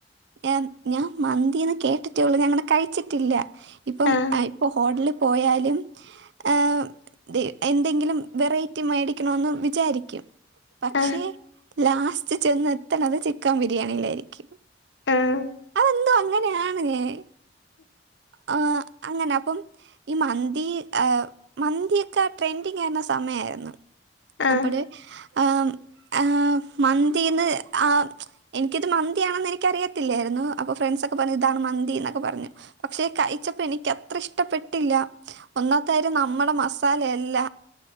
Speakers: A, on the right; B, on the left.
A: ഞാൻ ഞാൻ മന്തിന്ന് കേട്ടിട്ടേള്ളൂ ഞാങ്ങനേ കഴിച്ചിട്ടില്ല ഇപ്പം
B: ആഹ്
A: അ ഇപ്പ ഹോട്ടല് പോയാലും ഏ ന്തേ എന്തെങ്കിലും വെറൈറ്റി മേടിക്കണേന്ന് വിചാരിക്കും പക്ഷേ
B: ആഹ്
A: ലാസ്റ്റ് ചെന്ന് എത്തണത് ചിക്കൻ ബിരിയാണിയിലായിരിക്കും
B: ആഹ്
A: എന്തോ അങ്ങനെയാണ് ഞാൻ ആ അങ്ങനെ അപ്പം ഈ മന്തി ഏ മന്തിയൊക്കെ ട്രെൻഡിങ് ആയിരുന്ന സമയായിരുന്നു
B: ആഹ് ആഹ്
A: അപ്പഴ് ആ ആ മന്തിന്ന് ആ എനിക്കിത് മന്തിയാണെന്ന് എനിക്കറിയത്തില്ലായിരുന്നു അപ്പൊ ഫ്രണ്ട്സൊക്കെ പറഞ്ഞു ഇതാണ് മന്തി എന്നൊക്കെ പറഞ്ഞു പക്ഷേ കഴിച്ചപ്പോ എനിക്ക് അത്ര ഇഷ്ടപ്പെട്ടില്ല ഒന്നാത്തയിരം നമ്മുടെ മസാലയല്ല